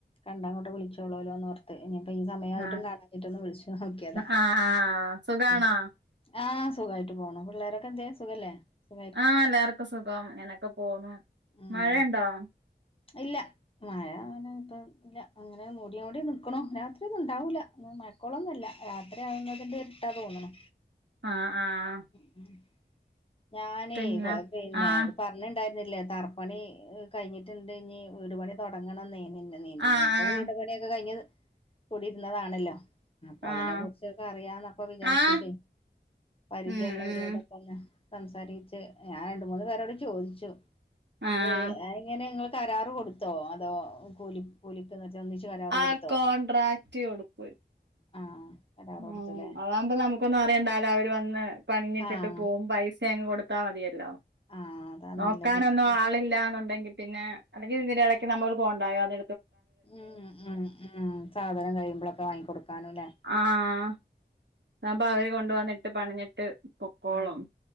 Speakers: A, on the left; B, on the right.
A: കണ്ടാ ങ്ങട്ട് വിളിചച്ചോളോല്ലോന്ന് ഓർ ഇനിപ്പ ഈസമയമായിട്ടും
B: ആഹ്
A: കാണാഞ്ഞിട്ടൊന്ന് വിളിച്ച് നോക്കിയതാ
B: ആഹ് ആഹ് സുഖാണോ
A: ഉം ആഹ് സുഖായിട്ട് പോണു പിള്ളേരൊക്കെൻന്ത്യേ സുഖല്ലേ സുഖ
B: ആഹ് എല്ലാവർക്കുംസുഖം ങ്ങനൊക്കെ പോന്നു
A: ഉം
B: മഴണ്ടോ?
A: ഇല്ല മഴാങ്ങനെപ്പം ല്ല അങ്ങനെ മൂഡ്യോണ്ട് നിക്ക്ണു രാത്രിഒന്നുണ്ടാവൂല്ല മഴക്കോളൊന്നല്ല രാത്രിയാവുന്നതിൻ്റെ ട്ടാ തോന്ന്ണ്
B: ആഹ് ആഹ്
A: ഉം ഞാനേ
B: പിന്നെ
A: കൊ പിന്നെ
B: ആഹ്
A: പ ഞ്ണ്ടായിരുന്നില്ലേ തറപ്പണി കഴിഞ്ഞിട്ടുണ്ട് ഞ് വീട്പണി തൊടങ്ങണംന്ന് നിന്നെ നീണ്ട്
B: ആഹ്
A: നീപ്പ നീപ്പം വീട്പണിയൊക്കെ കഴിഞ്ഞ് കൂടിയിരുന്നതാണല്ലോ അപ്പൊ
B: ആഹ് ആഹ്
A: അതിനെ കുറിച്ചൊക്കെ അറിയാന്നൊക്ക വിചാരിച്ചിട്ടേ
B: ആഹ്
A: പരിചയള്ളോലോട്
B: ഉം ഉം
A: ന്ന് സംസാരിച്ച് ഞാ രണ്ട് മൂന്ന് പേരോട് ചോദിച്ചു
B: ആഹ്
A: നീ അ ങ്ങള് കരാറ് കൊടുത്തോ അതോ കൂലി കൂലിട്ട്തച്ചോന്നിച്ച് കരാറ്
B: ആ
A: കൊടുത്തോ
B: കോൺട്രാക്ട്
A: <inaudible>
B: കൊടുപ്പ്
A: ആഹ് കരാറ് കൊടുത്തുല്ലേ
B: ഉം അതാകുമ്പോ നമുക്കൊന്നും അറിയണ്ടാലോ അവര് വന്ന് പണിഞ്ഞിട്ടിട്ട്
A: ആഹ്
B: പോകവും പൈസ് സെ ങ് കൊടുത്താ മതിയല്ലോ
A: ആഹ് അതാ
B: നോക്കാനൊന്നും
A: നല്ലത്
B: ആളില്ലന്നുണ്ടെങ്കി പിന്നെ അല്ലെങ്കി ഇതിനേടയ്ക്ക് നമ്മൾ പോണ്ടായോ അത്
A: ഉം ഉം ഉം സാധനം കഴിയുമ്പോളൊക്കെ വാങ്ങിക്കൊടുക്കാനുംല്ലേ
B: ആഹ് താവുമ്പോ അവര് കൊണ്ട് വന്നിട്ട് പണിഞ്ഞിട്ട് പൊക്കോളും
A: ഉം